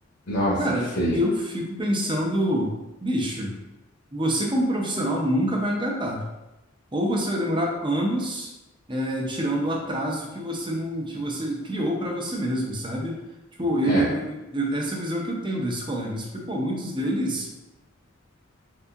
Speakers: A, on the left; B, on the right.
A: Nossa,
B: Cara,
A: que feio.
B: eu fico pensando, bicho. Você, como profissional, nunca vai engatar. Ou você vai demorar anos, é, tirando o atraso que você não, que você criou para você mesmo, sabe? Tipo, eu-
A: É,
B: eu- eu- eu- essa é a visão que eu tenho desses colegas, porque, pô, muitos deles.